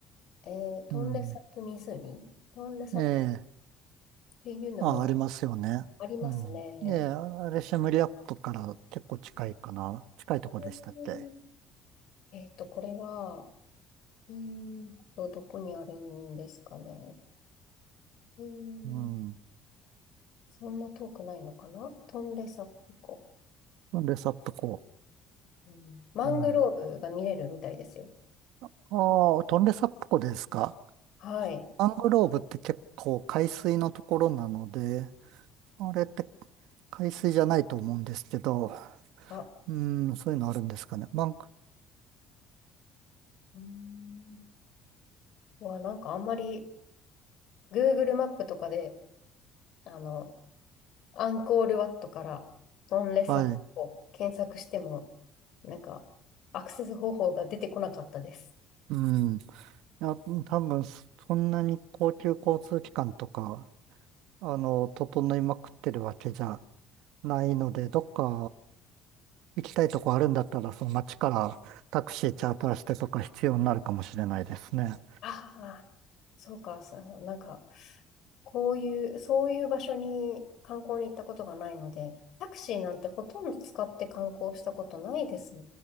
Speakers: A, on the left; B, on the right.
A: えー、トンレサップ湖
B: うん。
A: トンレサップっ
B: ええ。
A: ていうのも
B: あ、ありますよね。
A: ありますね。
B: うん。ええ、あれ、シェムリアップから結構近いかな。近いとこでしたっけ
A: うんえっと、これは、えーと、どこにあるんですかね。えー
B: うん。
A: そんな遠くないのかなトンレサ湖。
B: トンレサップ湖。
A: うん、マングローブが見れるみたいですよ。
B: うん。ああ、トンレサップ湖ですか。
A: はい。
B: マングローブって結構海水のところなので、あれって海水じゃないと思うんですけど、
A: あ、
B: うん、そういうのあるんですかね。マング、
A: うーんわ、なんかあんまり Google マップとかで、あの、アンコールワットからトンレサを検索しても、
B: はい。
A: なんかアクセス方法が出てこなかったです。
B: うん。いや、多分、そそんなに高級交通機関とか、あの、整いまくってるわけじゃないので、どっか行きたいとこあるんだったら、その街からタクシーチャーターしてとか必要になるかもしれないですね。
A: ああ、そうか、さ、なんかこういう、そういう場所に観光に行ったことがないので、タクシーなんてほとんど使って観光したことないです。